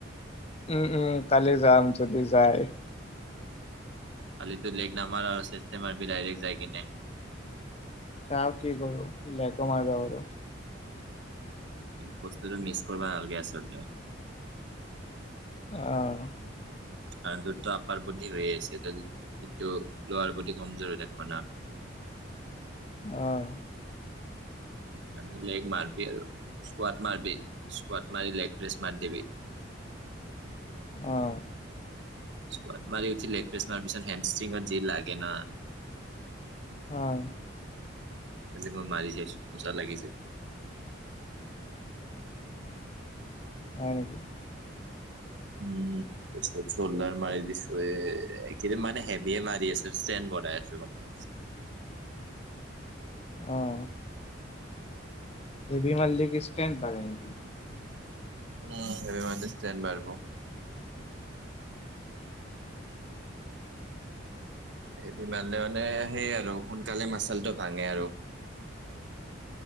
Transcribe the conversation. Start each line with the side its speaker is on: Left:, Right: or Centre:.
Left: উম, উম কালি যাম যদি যায়।
Right: খালিটো লেক নামাৰ আৰু চেষ্টেমাৰ বি ডাইৰেক্ট যায় কিনে।
Left: চাও কি কৰো।
Right: বস্তুটো মিছ কৰিব নালাগে আচলতে।
Left: আহঁ।
Right: কাৰণ তোৰতটো আপাৰ বুদ্ধি হৈ আছে। কিন্তু লোৱাৰ প্ৰতি কমজোৰে দেখিব না।
Left: আহ।
Right: হয়। লেগ মাৰবি আৰু স্কড মাৰবি স্কড মাৰি লেগ প্ৰেছ মাৰ দিবি।
Left: আহ।
Right: গাট মাৰি উঠিল লেক্ৰেছ মাৰ পিছত হেমষ্ট্ৰিঙত জি লাগে ন।
Left: হয়।
Right: আজি মই মাৰি চাইছো মোচা লাগি যায়।
Left: হয়, নেকি?
Right: উম। চল্ডাৰ মাৰি দিছো। এই কেইদিন মানে হেভিয় মাৰি আছো ষ্ট্ৰে বঢ়াই আছো মানে। <inaudible>
Left: আহ। হেবি মালিক সষ্টেণ্ড পি
Right: উ স মাজষ্টন বাৰব। হেভী মাৰিলে মানে সেইয় আৰু সোনকালে মাচালটো ভাঙে আৰু